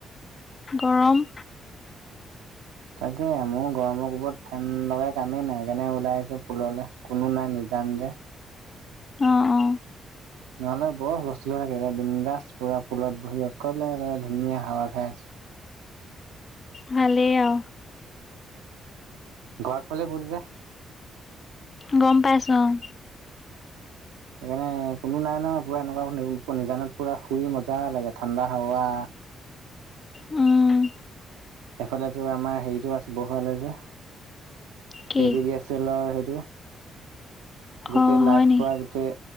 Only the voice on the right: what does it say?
তাকে মোৰ গৰমৰ কোবত ফেন লগাই কামেই নাই সেইকাৰণে ওলাই আহিছোঁ পুললে কোনো নাই নিজান যে।
নহ'লে বৰ হুলষ্টোল হৈ থাকে এতিয়া বিন্দাছ পুৰা পুলত বহি অকলে অকলে ধুনীয়া হাৱা খাই আছো।
ঘ আগফালে ভোল যে
সেইকাৰণে কোনো নাই ন' পুৰা এনেকুৱা <unintelligible> নিজানত পুৰা শুই মজা লাগে ঠাণ্ডা হাৱা।
এফালেতো আমাৰ হেৰিটো আছে বহুৱালে যে,
এ পি ডি এছ এলৰ সেইটো গোটেই
লাইট
সোপা
গোটেই,